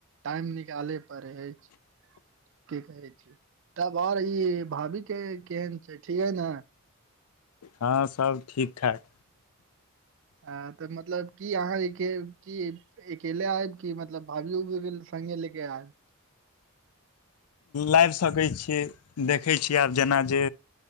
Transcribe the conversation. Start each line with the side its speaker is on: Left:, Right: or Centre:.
Right: टाइम निकालै परय अछि
Left: <inaudible>
Right: की कहै छै तब भाई ई भाभी के केहन छै ठीके ने
Left: हँ सब ठीक ठाक
Right: ह तऽ मतलब की अहाँ क अकेले आयब कि मतलब भाभीओ क उभीर संगे लेके आब
Left: लैब सकैय छियै देखै छियै आब जेना जे